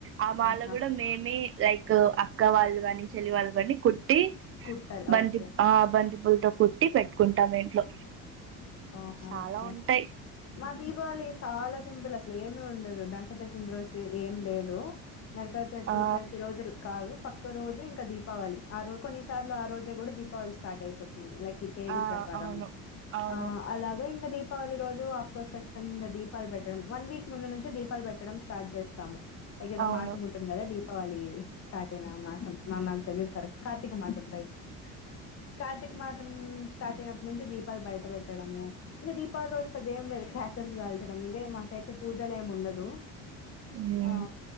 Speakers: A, on the right; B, on the left.
A: ఆ మాల
B: ఆహా
A: కూడా మేమే లైక్ అక్క వాళ్ళు కాని, చెల్లి వాళ్ళు కానీ కుట్టి
B: కుట్టాలి
A: బంతి
B: ఓకే
A: ఆ బంతి పూలతో కుట్టి పెట్టుకుంటాం ఇంట్లో.
B: ఆహా
A: చాలా
B: ఓకే.
A: ఉంటాయి
B: మా దీపావళి సాలా సింపుల్ అసలు ఏమి ఉండదు, ధనక చతుద్ర రోజు ఏం లేదు నరక చతుర్దశి
A: ఆ
B: రోజులు కాదు. పక్క రోజు ఇంకా దీపావళి ఆ రోజు కొన్నిసార్లు ఆ రోజే కూడా దీపావళి స్టార్ట్ అయిపో తుంది లైక్ ఈ తేదీ
A: ఆ
B: ప్రకారం
A: అవును అవును
B: ఆ అలాగ ఇంగ దీ దీపావళి రోజు ఆఫ్ కోర్స్ ఖచ్చితంగా ఇంకా దీపాలు పెట్టడం, వన్ వీక్ ముందు నుంచే దీపాలు పెట్టడం స్టార్ట్ చేస్తాము. ఎగదో
A: అవును
B: మాసం ఉం ఉంటుంది కదా దీపావళి స్టార్ట్ అయినా మాసం నా నాకు తెలిదు కరెక్ట్ కార్తీక మాసం రైట్. కార్తీక మాసం స్టార్ట్ అయినప్పటి నుంచి దీపాలు బయట పెట్టడము, ఇగ దీపావలీ రోజు పెద్దగా ఏం లేదు క్రాకర్స్ కాల్చడం ఇవే మాకైతే పూజలేం ఉండదు.
A: ఉమ్
B: ఆ